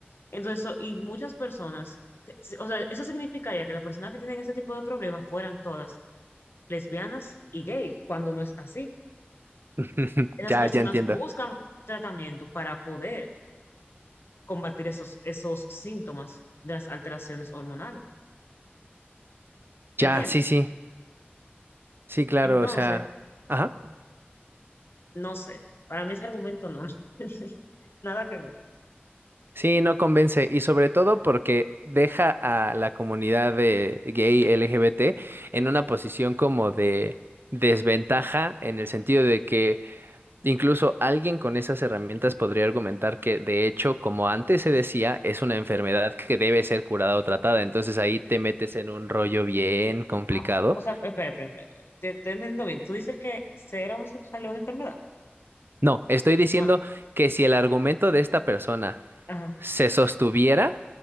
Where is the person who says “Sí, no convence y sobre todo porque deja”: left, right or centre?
Right